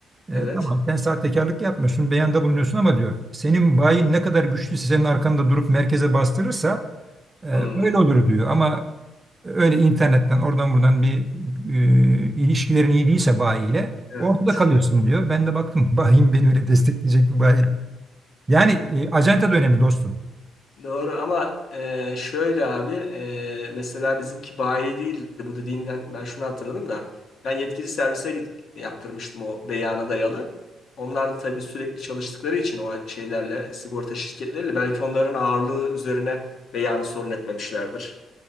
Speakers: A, on the right (about 25°); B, on the left (about 65°).
A: E,
B: evet.
A: tamam sen sahtekarlık yapmıyorsun beyanda bulunuyorsun ama diyor senin bayin ne kadar güçlüyse senin arkanda durup merkeze bastırırsa ee,
B: Hmm,
A: Öyle olur diyor ama öyle internetten oradan buradan bir e, ilişkilerin iyi değilse bayiyle
B: evet.
A: ortada kalıyorsun diyor. Ben de baktım <laughs> bayim beni öyle destekleyecek mi bayi? Yani e, acenta da önemli dostum.
B: Doğru ama e, şöyle abi e, mesela bizimki bayi değildi bu dediğinden ben şunu hatırladım da ben yetkili servise git, yaptırmıştım o beyana dayalı. Onlar da tabii sürekli çalıştıkları için o şeylerle sigorta şirketleriyle belki onların ağırlığı üzerine beyanı sorun etmemişlerdir.